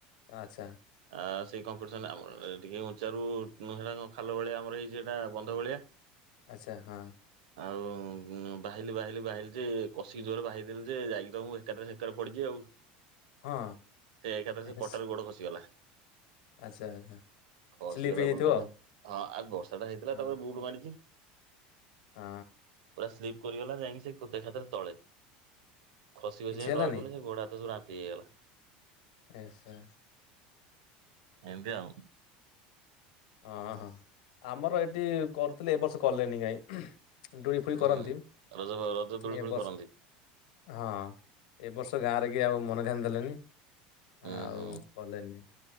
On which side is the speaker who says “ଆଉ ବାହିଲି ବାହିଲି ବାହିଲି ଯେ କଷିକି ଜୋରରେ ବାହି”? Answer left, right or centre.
Right